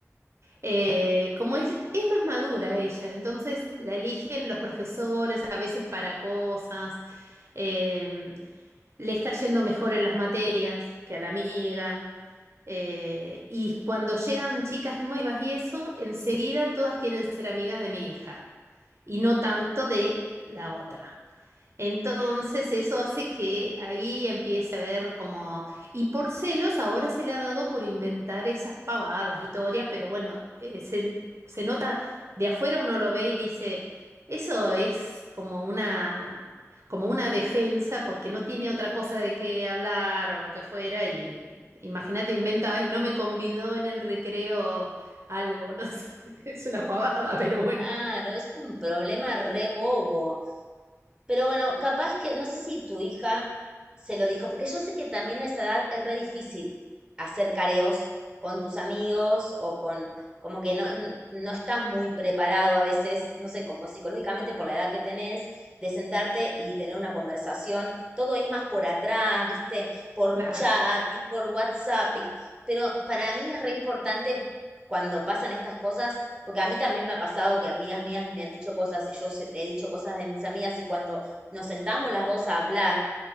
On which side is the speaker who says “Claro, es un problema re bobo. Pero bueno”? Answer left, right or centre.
Right